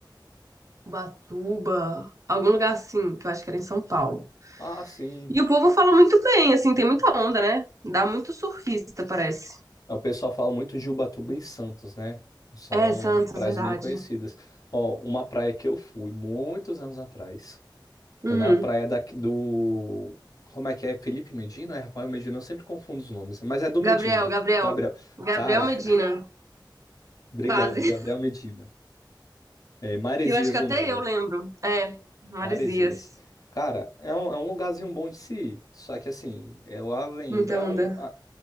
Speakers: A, on the right (about 40°); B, on the left (about 50°).
A: Ubatuba, algum lugar assim, que eu acho que era em São Paulo.
B: ah, sim.
A: E o povo fala muito bem, assim, tem muita onda, né? Dá muito surfista, parece.
B: É, O pessoal fala muito de Ubatuba e Santos, né? São
A: É, Santos,
B: praias
A: verdade.
B: bem conhecidas. Ó, uma praia que eu fui muitos anos atrás.
A: Uhum.
B: Fui na praia da, do. Como é que é? Felipe Medina? É, Rafael Medina, eu sempre confundo os nomes. Mas é do
A: Gabriel,
B: Medina.
A: Gabriel.
B: Gabriel.
A: Gabriel
B: Caraca,
A: Medina,
B: <laughs> obrigado,
A: quase.
B: Gabriel Medina. É,
A: <laughs>
B: Maresias
A: Eu acho que até
B: o nome.
A: eu lembro. É, Maresias.
B: Maresias. Cara, é um, é um lugarzinho bom de se ir. Só que assim, ela lembra.
A: Muita onda.
B: um- a-